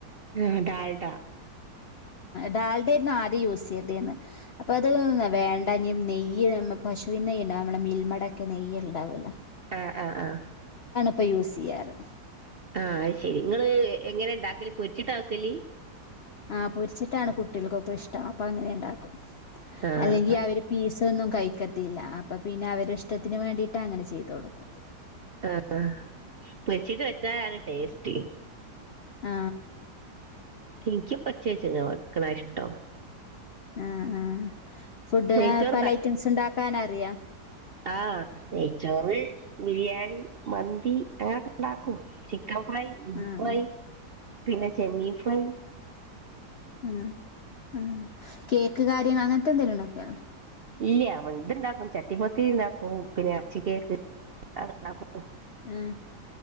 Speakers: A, on the right (about 60°); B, on the left (about 70°).
A: ആ ഡാൾടാ
B: ഡാൾഡാ ആയിര്ന്ന് ആദ്യം യൂസ് ചെയ്തിന്നെ അപ്പ അത് വേണ്ട നെയ്യ് പുശു നെയ്യ് ഉണ്ടാ നമ്മുടെ മിൽമാടക്കെ നെയ്യ് ഉണ്ടാവല്ലോ
A: ആ ആ ആ
B: ഇപ്പാ യൂസ് ചെയ്യാറ്
A: ആ അത് ശെരി നിങ്ങള് എങ്ങനെ ഇണ്ടാക്കല് പൊരിച്ചിട്ടാക്കല്
B: ആ പൊരിച്ചിട്ടാണ് കുട്ടികൾക്കൊക്കെ ഇഷ്ടം അപ്പൊ അങ്ങനെ ഉണ്ടാക്കും
A: ആഹ്
B: അല്ലെങ്കി അവര് പീസ് ഇതൊന്നും കഴിക്കത്തില്ല അപ്പം പിന്നെ അവരി ഇഷ്ടത്തിന് വേണ്ടിട്ട് അങ്ങനെ ചെയ്തു കൊടുക്കും
A: ആ പൊരിച്ചിട്ട് വെച്ചാലാണ് ടേസ്റ്റ്
B: ആ
A: എനിക്ക് പൊരിച്ച് വെക്കണ ഇഷ്ടം
B: ആ ആഹ ഫുഡി
A: നെയ്ച്ചോറ്
B: പല ഐറ്റംസ് ഉണ്ടാക്കാന അറിയാ
A: ആഹ തെയച്ചോറ് ബിരിയാണി മന്തി അങ്ങനൊക്കെ ഉണ്ടാക്കും ച ഫൈ മീഫൈ
B: ആഹ്
A: പിന്നെ ചെ മീഫൈ
B: ഉ ആ കേക്ക് കാര്യങ്ങൾ അങ്ങനത്തെ എന്തെലും ഉണ്ടാക്കാണ്
A: ഇല്ല അവ ഇണ്ട് ഇണ്ടാക്കും ചട്ടിപൊത്തി ഇണ്ടാക്കും പിന്നെ ഇറച്ചി കേക്ക്െണ്ടാക്കും
B: ആ